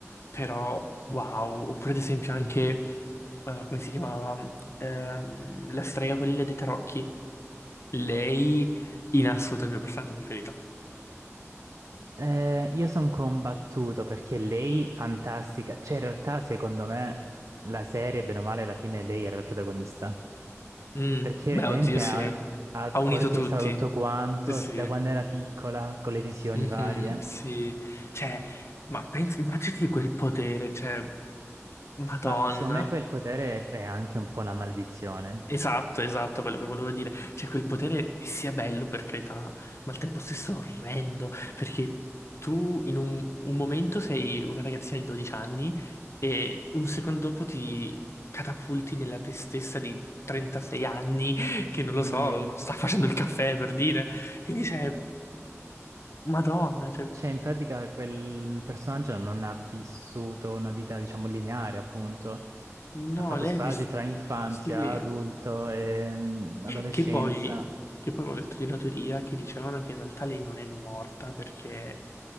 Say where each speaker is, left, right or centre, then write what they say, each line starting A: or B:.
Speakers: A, on the left; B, on the right.
A: però wow, oppure ad esempio anche, eh, come si chiamava? Ehm, la strega quella dei tarocchi. Lei, in assoluto, è il mio personaggio preferito.
B: Eh, io sono combattuto perché lei, fantastica, cioè in realtà secondo me la serie, bene o male, alla fine lei era il protagonista.
A: Mm,
B: Perché
A: beh,
B: letteralmente
A: oddio, sì.
B: ha, ha
A: Ha unito
B: orchestrato
A: tutti.
B: tutto quanto
A: Sì, sì.
B: s- da quando era piccola, con le visioni
A: Mhm,
B: varie.
A: sì. Cioè, ma pensi, immaginati quel potere, cioè, Madonna.
B: Ma secondo me quel potere è anche un po' una maledizione.
A: Esatto, esatto, quello che volevo dire. Cioè, quel potere sia bello, per carità, ma al tempo stesso orrendo, perché tu in un, un momento sei una ragazzina di 12 anni e un secondo dopo ti catapulti nella te stessa di 36 anni che, non lo
B: Sì,
A: so, sta facendo il caffè, per dire. Quindi, cioè, Madonna, cioè,
B: cioè in pratica quel personaggio non ha vissuto una vita, diciamo, lineare, appunto.
A: no,
B: Ha fatto
A: lei
B: sbalzi
A: ha visto...
B: tra infanzia,
A: Sì,
B: adulto e mm, adolescenza.
A: che poi... Che poi ho letto di una teoria che dicevano che in realtà lei non è morta perché